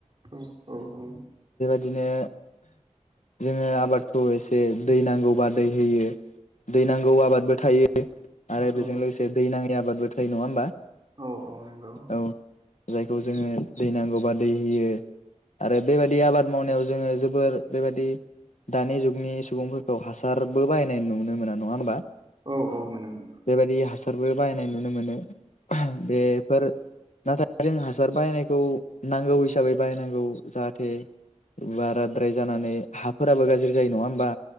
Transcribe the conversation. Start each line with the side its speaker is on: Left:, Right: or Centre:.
Right: औ औ औ।
Left: बिदिनो जोङो आबादखौ एसे दै नांगौबा दै होयो। दै नांगौ आबादबो थायो आरो बेजों
Right: औ
Left: लोगोसे दै नांङि आबादबो थायो नङा होमबा?
Right: औ औ नंगौ।
Left: औ जायखौ जोङो दै नांगौबा दै होयो आरो। बेबायदि आबाद मावनायाव जोङो जोबोर बेबायदि दानि जुगनि सुबुंफोरखौ हासारबो बाहायनाय नुनो मोना नङा होमबा ।
Right: औ औ मोनोमोन।
Left: बेबायदि हासारबो बाहायनाय नुनो मोनो बेफोर नाथाय जों हासार बायनायखौ नांगौ हिसाबै बाहायनांगौ जाहाथे। बाराद्राय जानानै हाफोराबो गाज्रि जायो नङा होमबा